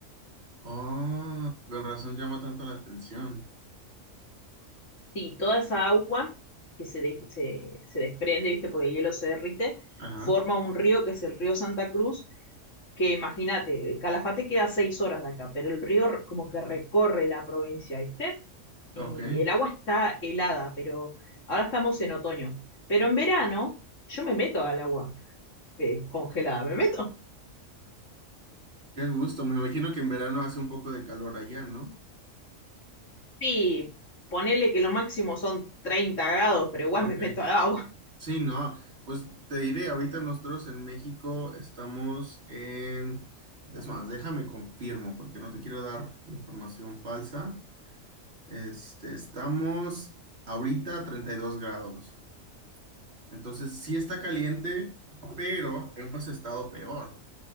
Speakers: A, on the right (about 50°); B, on the left (about 70°).
A: Oh, con razón llama tanto la atención.
B: Y toda esa agua que se, de- se, se desprende, ¿viste? Porque el hielo se derrite,
A: Ajá.
B: forma un río que es el río Santa Cruz, que imagínate, Calafate queda seis horas de acá, pero el río r- como que recorre la provincia, ¿viste? Y
A: Ok.
B: el agua está helada, pero ahora estamos en otoño. Pero en verano yo me meto al agua eh, congelada, me meto.
A: Qué gusto. Me imagino que en verano hace un poco de calor allá, ¿no?
B: Sí, ponele que lo máximo son 30 grados, pero igual
A: Ok.
B: me meto al agua.
A: Sí, no. Pues te diré, ahorita nosotros en México estamos en... Es más, déjame confirmo porque no te quiero dar información falsa. Este, estamos ahorita a 32 grados. Entonces, sí está caliente, pero hemos estado peor.